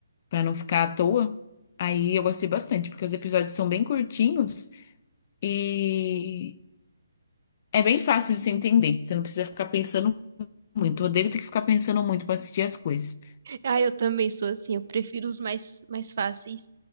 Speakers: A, on the left; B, on the right.
A: Pra não ficar à toa. Aí eu gostei bastante, porque os episódios são bem curtinhos e é bem fácil de você entender. Você não precisa ficar pensando muito. Eu odeio ter que ficar pensando muito pra assistir as coisas.
B: Ah, eu também sou assim, eu prefiro os mais, mais fáceis.